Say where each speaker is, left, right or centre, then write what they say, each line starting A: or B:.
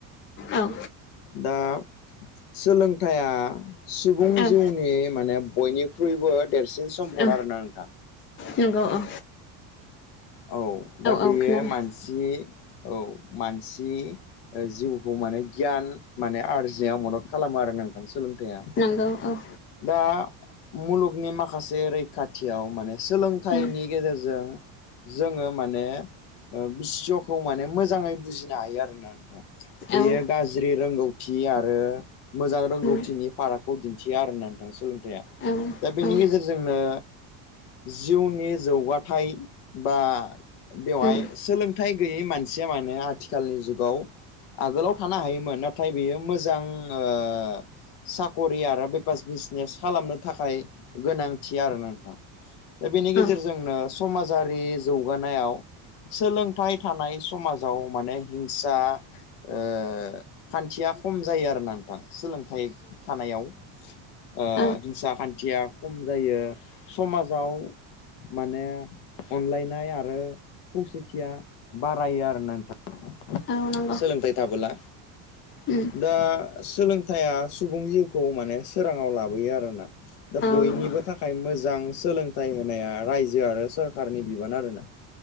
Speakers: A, on the left (about 25°); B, on the left (about 60°).
A: औ
B: दा सोलोंथाइया सुबुं
A: औ
B: जिउनि माने बयनिख्रुइबो देरसिन सम्पद
A: औ
B: आरोना नोंथां।
A: नंगौ अ
B: औ दा बेयो
A: औ खोनादों
B: मानसि औ मानसि ओ जिउखौ माने गियान माने आरजिनायाव मदद खालामो आरो नों थां सोलोंथाइया
A: नंगौ औ
B: दा मुलुगनि माखासे रैखाथियाव माने सोलोंथाइनि
A: उम
B: गेजेरजों जोङो माने बिस्वखौ माने मोजाङै बुजिनो हायो आरोना नोंथां
A: औ
B: बेयो गाज्रि रोंगौथि आरो मोजां रोंगौथिनि
A: उम
B: फारागखौ दिन्थिया आरोना नोंथां सोलोंथाइया।
A: औ
B: दा बेनि
A: उम
B: गेजेरजोंनो जिउनि जौगाथाय बा बेवहाय
A: औ
B: सोलोंथाइ गैयै मानसिया मानोे आथिखालनि जुगाव आगोलाव थानो हायोमोन नाथाय बेयो मोजां ओ साकरि आरो बेपास बिजनेस खालामनो थाखाय गोनांथि आरो नोंथां। दा बेनि गेजेरजोंनो
A: औ
B: समाजारि जौगानायाव सोलोंथाइ थानाय समाजाव माने हिंसा ओ खान्थिया खम जायो आरोना नोंथां सोलोंथाइ थानायाव। ओ
A: औ
B: हिंसा खान्थिया खम जायो समाजाव माने अनलायनाय आरो खौसेथिया बारायो आरोना नोंथां।
A: औ नंगौ
B: सोलोंथाइ थाबोला।
A: उम
B: दा सोलोंथाइया सुबुं जिउखौ माने सोराङाव लाबोयो आरोना। दा
A: औ
B: बयनिबो
A: नंगौ
B: थाखाय मोजां सोलों थाइ होनाया रायजो आरो सोरखारनि बिबान आरोना